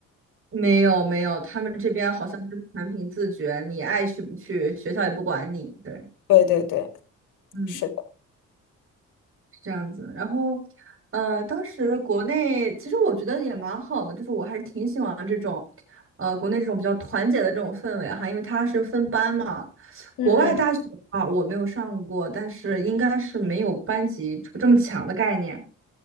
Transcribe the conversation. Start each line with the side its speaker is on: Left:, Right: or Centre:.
Right: 没有没有，他们这边好像就是全凭自觉，你爱去不去，学校也不管你，对，
Left: 对对对对，
Right: 嗯，
Left: 是的，
Right: 是这样子。然后，呃，当时国内其实我觉得也蛮好的，就是我还是挺喜欢这种，呃，国内这种比较团结的这种氛围哈，因为它是分班嘛。
Left: 嗯嗯。
Right: 国外大学的话我没有上过，但是应该是没有班级这么强的概念。